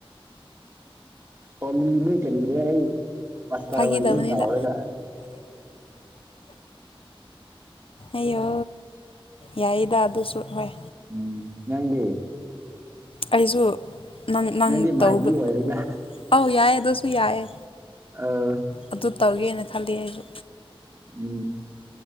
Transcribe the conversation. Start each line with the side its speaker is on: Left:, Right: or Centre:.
Right: ꯍꯣꯃꯤꯜꯂꯤ ꯀꯔꯤꯔꯥ ꯑꯩ <inaudible> ꯄꯥꯁꯇꯔ
Left: ꯐꯥꯒꯤꯗꯕꯅꯤꯗ
Right: ꯑꯣꯏꯒꯅꯤ ꯇꯩꯔꯒ <inaudible>
Left: ꯑꯌꯣ ꯌꯥꯏꯗ ꯑꯗꯨꯁꯨ ꯍꯣꯏ
Right: ꯎꯝ ꯅꯪꯗꯤ
Left: ꯑꯩꯁꯨ ꯅꯪ ꯅꯪ
Right: ꯅꯪꯗꯤ
Left: ꯇꯧꯕ
Right: ꯃꯥꯏꯕꯤ ꯑꯣꯏꯔꯦꯗ
Left: ꯑꯧ ꯌꯥꯏꯌꯦ ꯑꯗꯨꯁꯨ ꯌꯥꯏꯌꯦ
Right: ꯑꯥ
Left: ꯑꯗꯨ ꯇꯧꯒꯦꯅ ꯈꯜꯂꯤ ꯑꯩꯁꯨ
Right: ꯎꯝ